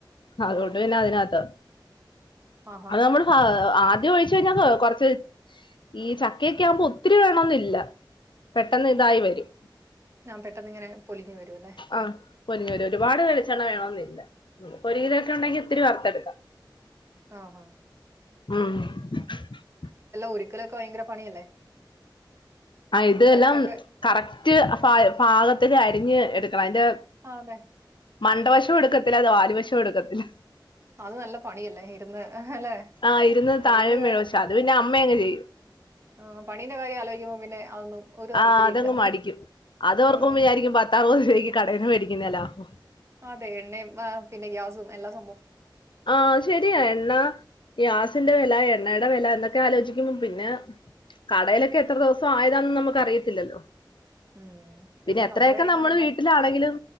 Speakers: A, on the left; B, on the right.
A: അതുകൊണ്ട്
B: ആ
A: പിന്നെ അതിനകത്ത്
B: ആഹാ
A: അത് നമ്മള് ഫ ആദ്യം ഒഴിച്ച് കഴിഞ്ഞാ കൊർച്ച് ഈ ചക്കയൊക്കെ ആവുമ്പോ ഒത്തിരി വേണന്നില്ല പെട്ടന്ന് ഇതായി വരും
B: ആ പെട്ടെന്ന് ഇങ്ങനെ പൊലിഞ്ഞു വരുവല്ലോ
A: ആഹ് പൊരിഞ്ഞൊരു ഒരുപാട് വെളിച്ചെണ്ണ വേണമെന്നില്ല ഒരു കിലോ ഒക്കെ ഉണ്ടെങ്കിൽ ഒത്തിരി വർത്തു എടുകാം
B: ആഹ് ഹാ
A: ഉം <unintelligible>
B: ഒരുക്കലൊക്കെ ഭയങ്കര പണിയല്ലേ
A: ഇതെല്ലാം
B: ചക്കയൊക്കെ
A: കറക്റ്റ് പാകത്തില് അരിഞ്ഞ് എടു അതിന്റെ
B: ആ അതെ
A: മണ്ടവശവും എടുക്കത്തില്ല അത് വാലുവശവും എടുക്കത്തില്ല ഇല്ല
B: അത് നല്ല പണിയല്ലേ ഇരുന്ന് അല്ലെ
A: ആഹ് ഇരുന്ന് <unintelligible>
B: പണീന്റെ കാര്യം
A: അത് പിന്നെ അമ്മ അങ്ങ് ചെയ്യും
B: ആ പണീന്റെ കാര്യം ആലോചിക്കുമ്പോ പിന്നെ അതൊന്നും ഒരു താല്പര്യം
A: അഹ് അത്
B: ഇല്ല
A: അങ്ങ് മടിക്കും അത് ഓർക്കുമ്പോ
B: ഉം
A: വിചാരിക്കും പത്തറുപത് രൂപയ്ക്ക് കടയിന്ന് മേടിക്കു <unintelligible>
B: അതെ എണ്ണയും പിന്നെ ഗ്യാസും എല്ലാം
A: ആഹ് അത് ശരിയാ എണ്ണ ഗ്യാസിന്റെ വില എണ്ണ എണ്ണടെ വില എന്നൊക്കെ ആലോചിക്കുമ്പോ പിന്നെ കടയിലൊക്കെ എത്ര ദിവസം ആയതാന്നെന്ന് നമുക്ക് അറിയത്തില്ലല്ലോ
B: ഉം.
A: പിന്നെ എത്രയൊക്കെ
B: നമ്മടെ കൈകൊണ്ടുണ്ടാക്കും.
A: നമ്മൾ വീട്ടിലാണെങ്കിലും